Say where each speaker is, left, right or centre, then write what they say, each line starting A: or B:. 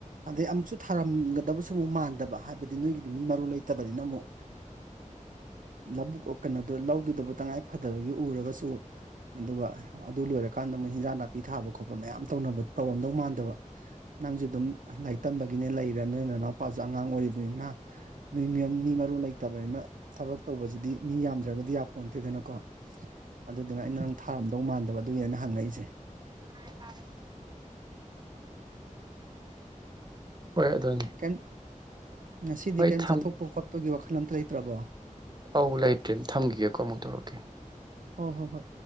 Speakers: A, on the right (about 80°); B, on the right (about 30°).
A: ꯑꯗꯩ ꯑꯃꯨꯛꯁꯨ ꯊꯥꯔꯝꯒꯗꯕꯁꯨ ꯑꯃꯨꯛ ꯃꯥꯟꯗꯕ ꯍꯥꯏꯕꯗꯤ ꯅꯣꯏꯒꯤꯗꯤ ꯃꯤ ꯃꯔꯨ ꯂꯩꯇꯕꯅꯤꯅ ꯑꯃꯨꯛ ꯂꯧꯕꯨꯛ ꯀꯩꯅꯣ ꯂꯧꯗꯨꯗꯕꯨ ꯇꯉꯥꯏ ꯐꯗꯕꯒꯤ ꯎꯔꯒꯁꯨ ꯑꯗꯨꯒ ꯑꯗꯨ ꯂꯣꯏꯔꯀꯥꯟꯗ ꯃꯨꯛ ꯍꯤꯟꯖꯥꯡ ꯅꯥ ꯄꯤ ꯊꯥꯕ ꯈꯣꯠꯄ ꯃꯌꯥꯝ ꯇꯧꯅꯕ ꯇꯧꯔꯝꯗꯧ ꯃꯥꯟꯗꯕ ꯅꯪꯖꯨ ꯑꯗꯨꯝ ꯂꯥꯏꯔꯤꯛ ꯇꯝꯕꯒꯤꯅꯦ ꯂꯩꯔ ꯅ ꯅꯅꯥꯎꯄꯥꯖꯨ ꯑꯉꯥꯡ ꯑꯣꯏꯔꯤꯕꯅꯤꯅ ꯃꯤ ꯃꯔꯨ ꯂꯩꯇꯕꯅꯤꯅ ꯊꯕꯛ ꯇꯧꯕꯖꯤꯗꯤ ꯃꯤ ꯌꯥꯝꯅ ꯌꯥꯝꯗ꯭ꯔꯒꯗꯤ ꯌꯥꯄꯣꯠꯇꯦꯗꯅꯀꯣ ꯑꯗꯨꯗꯨꯅ ꯑꯩꯅ ꯅꯪ ꯊꯥꯔꯝꯗꯧ ꯃꯥꯟꯗꯕ ꯑꯗꯨꯒꯤꯅꯦ ꯑꯩꯅ ꯍꯪꯉꯛꯏꯁꯦ
B: ꯎꯝ ꯇꯥꯔꯦ ꯍꯣꯏ ꯑꯗꯨꯅꯤ
A: ꯀꯩꯝ ꯉꯁꯤꯗꯤ
B: ꯍꯣꯏ
A: ꯀꯔꯤꯝ
B: ꯊꯝ
A: ꯆꯠꯊꯣꯛꯄ ꯈꯣꯠꯄꯒꯤ ꯋꯥꯈꯜ ꯑꯝꯇ ꯂꯩꯇ꯭ꯔꯕꯣ
B: ꯑꯧ ꯂꯩꯇ꯭ꯔꯦ ꯊꯝꯈꯤꯒꯦ ꯀꯣ ꯑꯃꯨꯛ ꯇꯧꯔꯛꯀꯦ
A: ꯍꯣꯏ ꯍꯣꯏ ꯍꯣꯏ